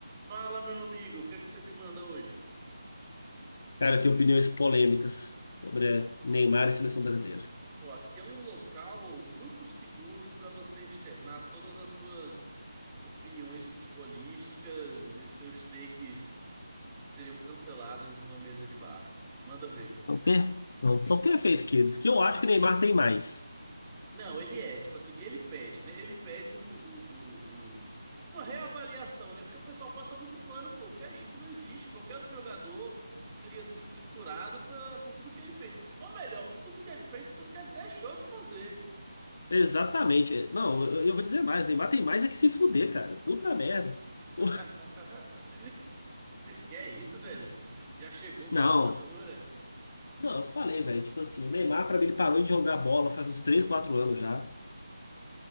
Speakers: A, on the right; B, on the left.
A: Fala, meu amigo, o que é que você me manda hoje?
B: Cara, eu tenho opiniões polêmicas sobre Neymar e seleção brasileira.
A: Pô, aqui é um local muito seguro para você externar todas as suas opiniões futebolísticas e os seus takes que seriam cancelados numa mesa de bar. Manda ver.
B: Não, per... Não, tão perfeito, querido, porque eu acho que Neymar tem mais.
A: Não, ele é, tipo assim, ele pede, né? Ele pede um, um- um- um- uma reavaliação, né? Porque o pessoal passa muito pano, pô, que é isso, não existe. Qualquer outro jogador teria sido triturado pra- por tudo que ele fez. Ou melhor, por tudo que ele fez, por tudo que ele deixou de fazer.
B: Exatamente. Não, eu, eu vou dizer mais. Neymar tem mais é que se fuder, cara. Puta merda.
A: <laughs>
B: O-
A: Que, é isso, velho? Já chegou
B: Não,
A: com a voadora.
B: não, eu falei, velho. Tipo assim, o Neymar, pra mim, ele parou de jogar bola faz uns 3, 4 anos já.